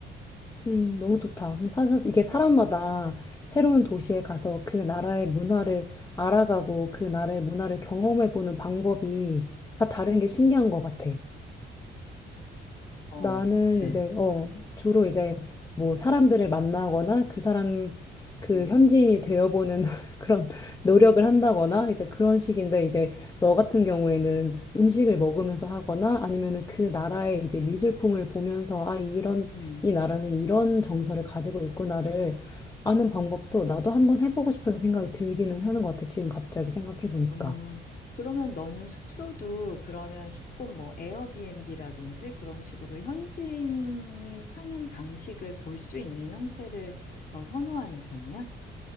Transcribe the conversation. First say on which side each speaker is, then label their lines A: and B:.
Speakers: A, on the left; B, on the left.
A: 음, 너무 좋다. 근데 사실 이게 사람마다 새로운 도시에 가서 그 나라의 문화를 알아가고 그 나라의 문화를 경험해보는 방법이 다 다른 게 신기한 것 같아.
B: 어,
A: 나는
B: 그치.
A: 이제 어 주로 이제 뭐 사람들을 만나거나 그 사람 그
B: 음.
A: 현지인이 되어보는 <laughs> 그런 노력을 한다거나 이제 그런 식인데 이제 너 같은 경우에는 음식을 먹으면서 하거나 아니면은 그 나라의
B: 음.
A: 이제 미술품을 보면서 아 이런
B: 음.
A: 이 나라는 이런 정서를 가지고 있구나를 아는 방법도 나도 한번 해보고 싶은 생각이 들기는 하는 것 같아 지금 갑자기 생각해 보니까.
B: 아, 그러면 너는 숙소도 그러면 조금 뭐 에어비앤비라든지 그런 식으로 현지인이 사는 방식을 볼 수 있는 형태를 더 선호하는 편이야?